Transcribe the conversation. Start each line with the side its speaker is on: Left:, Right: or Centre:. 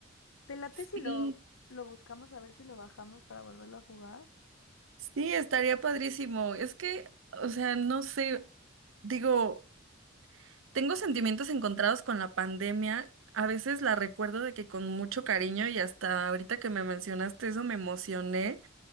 Left: ¿Te late
Right: Sí.
Left: si lo, lo buscamos a ver si lo bajamos para volverlo a jugar?
Right: Sí, estaría padrísimo. Es que, o sea, no sé, digo, tengo sentimientos encontrados con la pandemia. A veces la recuerdo de que con mucho cariño y hasta ahorita que me mencionaste eso me emocioné.